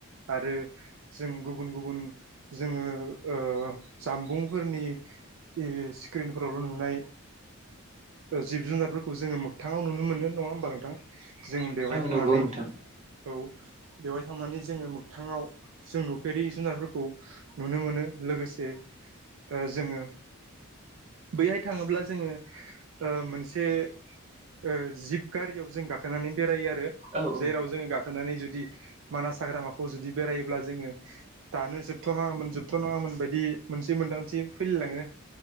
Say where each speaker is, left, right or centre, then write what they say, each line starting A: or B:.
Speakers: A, on the right; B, on the right.
A: आरो जों गुबुन गुबुन जोङो ओ जामबुंफोरनि इ स्क्रिनफोरावल' नुनाय ओ जिब जुनारफोरखौ जोङो मोगथाङाव नुनो मोनो नङा होमबा नोंथां? जों बेवहाय
B: औ
A: थांनानै
B: नंगौ नोंथां
A: औ बेवहाय थांनानै जोङो मोगथाङाव जों नुफेरि जुनारफोरखौ नुनो मोनो लोगोसे ओ जोङो बैहाय थाङोब्ला जोङो ओ मोनसे ओ जिब गारियाव जों गाखोनानै बेरायो आरो
B: औ औ
A: जेराव जोङो गाखोनानै जुदि मानास हाग्रामाखौ जुदि बेरायोब्ला जोङो दानो जोबथ'नाङामोन जोबथ'नाङामोन बायदि मोनसे मोन्दांथिबो फैलायलाङो।